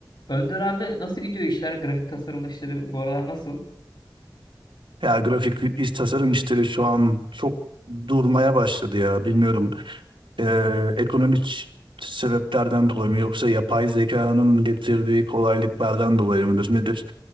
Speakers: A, on the left; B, on the right.
A: Önder abi nasıl gidiyor işler? Grafik tasarım işleri bu aralar nasıl?
B: Ya grafik iç tasarım işleri şu an çok durmaya başladı ya bilmiyorum. Ee, ekonomik sebeplerden dolayı mı yoksa yapay zekanın getirdiği kolaylıklardan dolayı mıdır nedir